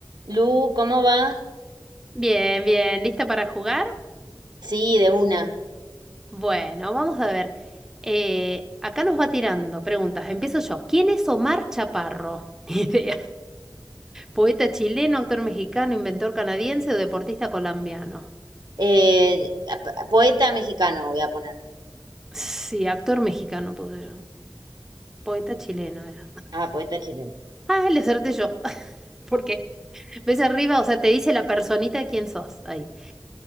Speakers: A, on the right (about 65°); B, in the centre.
A: Lu, ¿cómo va?
B: Bien, bien, ¿lista para jugar?
A: Sí, de una.
B: Bueno, vamos a ver. Eh, acá nos va tirando preguntas. Empiezo yo. ¿Quién es Omar Chaparro? <laughs> Ni idea. ¿Poeta chileno, actor mexicano, inventor canadiense o deportista colombiano?
A: Eh, a- p- poeta mexicano voy a poner.
B: Sí, actor mexicano puse yo. Poeta chileno era.
A: Ah, poeta chileno.
B: Ah, le acerté yo. <laughs> Porque ves arriba, o sea, te dice la personita quién sos ahí.